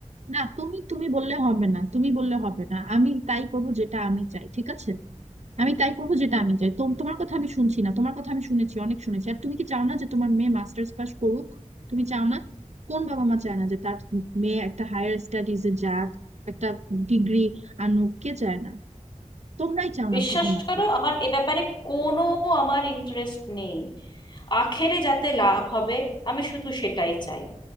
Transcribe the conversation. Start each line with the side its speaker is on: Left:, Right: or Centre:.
Right: না তুমি তুমি বললে হবে না তুমি বললে হবে না আমি তাই করব যেটা আমি চাই ঠিক আছে আমি তাই করব যেটা আমি চাই তোম- তোমার কথা আমি শুনছি না তোমার কথা আমি শুনেছি অনেক শুনেছি আর তুমি কি চাও না যে তোমার মেয়ে মাস্টার্স পাস করুক তুমি চাও না কোন বাবা মা চায় না যে তার মেয়ে একটা হায়ার স্টাডিজে যাক একটা ডিগ্রি আনুক কে চায় না তোমরাই চাও
Left: বিশ্বাস
Right: না শুধুমাত্র
Left: করো আমার এ ব্যাপারে কোনো আমার ইন্টারেস্ট নেই আখেরে যাতে লাভ হবে আমি শুধু সেটাই চাই